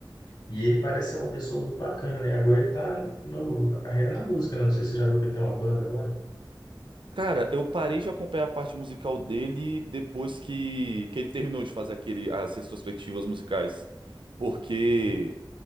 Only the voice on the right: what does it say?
Cara, eu parei de acompanhar a parte musical dele depois que, que ele terminou de fazer aquele, as retrospectivas musicais. Porque.